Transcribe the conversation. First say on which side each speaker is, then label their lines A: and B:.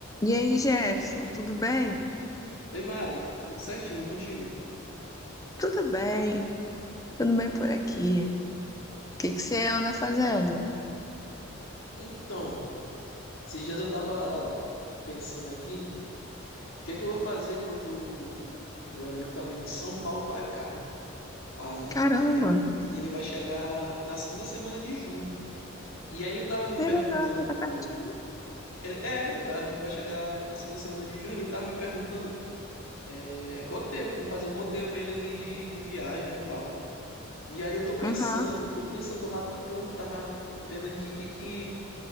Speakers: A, on the left; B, on the left.
A: E aí, Jefferson, tudo bem?
B: Oi, Mari, tudo certinho e contigo?
A: Tudo bem, tudo bem por aqui. O que que você anda fazendo?
B: Então, esses dias eu tava pensando aqui, o que é que eu vou fazer quando meu amigo tá vindo de São Paulo pra cá, né? Aí
A: Caramba,
B: ele, ele vai chegar na segunda semana de junho. E aí ele tava me
A: que
B: perguntando.
A: legal, tá pertinho.
B: Ele, é, ele, tá, ele vai chegar na segunda semana de junho, ele tava me perguntando é, roteiro, pra mim fazer um roteiro pra ele aqui de, de viagem e tal. E aí eu tô pensando,
A: Aham.
B: tô pensando, tô matutando, tava vendo aqui o que que.